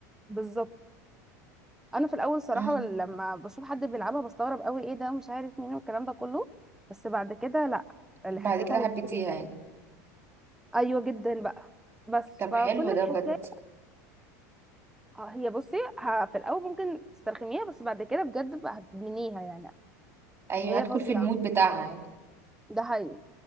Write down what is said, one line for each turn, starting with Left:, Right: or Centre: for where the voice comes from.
Centre: بالظبط انا في الاول صراحة
Right: امم
Centre: لما بشوف حد بيلعبها بستغرب قوي ايه ده ومش عارف مين والكلام ده كله بس بعد كده لا اللي
Right: بعد
Centre: حسيتها
Right: كده
Centre: لذيذة
Right: حبيتيها
Centre: جدا
Right: يعني
Centre: ايوه جدا بقى بس
Right: طب
Centre: فكل
Right: حلو ده
Centre: الحكايه
Right: بجد
Centre: آه، هي بصي ه- في الاول ممكن تسترخميها بس بعد كده بجد بقى هتدمنيها يعني
Right: ايوه
Centre: هي
Right: هدخل
Centre: فظيعه
Right: في المود بتاعها يعني
Centre: ده حقيقي